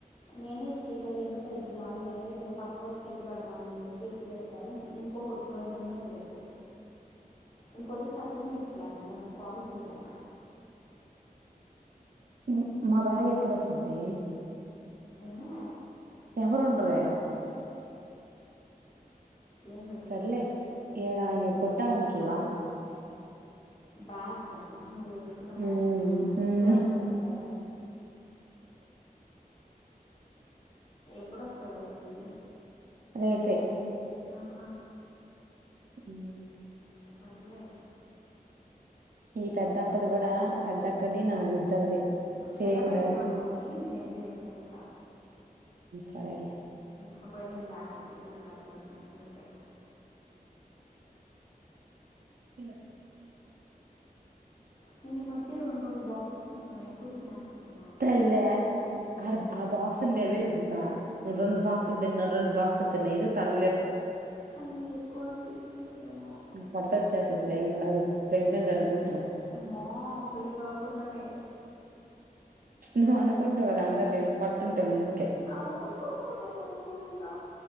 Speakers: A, on the left; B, on the right.
A: నేనే చేయలే ఎందుకు ఐదు జాలలే పక్క రోజుకి ఎత్తి పెడదామని చెప్పి ఎత్తి పెట్టా ఇంకొక రెండు ఉన్నాయి రేపు ఇంకోటి సప్లిమెంట్ ప్లాన్ దానికి కాల్ చేయాలా
B: హమ్ మా బ్యాగ్ ఎప్పుడోస్తది
A: ఎందా
B: ఎవరుండరు
A: ఏంది వచ్చేదే
B: సర్లే ఏడాయవు పొట్టా ఉంటలా
A: బ్యాగ్గా మీరు పెట్టుకున్న
B: మ్మ్
A: బ్యాగ్గా
B: మ్మ్
A: ఎప్పుడుొస్తుంది అదే ఎప్పుడుస్తుంది అది
B: రేపే
A: ఆహా
B: ఉ
A: చర్లే
B: ఈ పెద్దక్కది కూడా పెద్దక్కది నాది ఇద్దరిది సేమ్
A: కింద పెట్టేమను
B: బ్యాగ్
A: వాణ్ణి నేను వెళ్ళి తెచ్చేస్తా
B: సరే అలేే
A: ఒకవేళ నేను లేకపోతే గుడి కా అట్టలే ఉన్నాడి ఉంటాయి
B: చిన్న
A: నేను ఈ మధ్య రెండు రెండు బాక్సులు తింటున్న ఎక్కువ తినేస్తును
B: తల్లే ఆ ఆ బాక్స్ ఉండేది ఎంత రెండు బాక్సులు తిన్నా రెండు బాక్సులు తిన్నా ఇద తల్
A: కానీ ఎక్కువ అనిపిస్తూ ప్రేమో
B: పట్ట వచ్చ చేసదలేిం అదు ప్రెగ్నంట్ అ పంట
A: అమ్మా పెళ్ళి కాకుండానే
B: నువ్వు అనుకుంటావు కదా అంద ద పట్టుంటే ముందు
A: అవుఊ సో ఉ ననునుకుడాా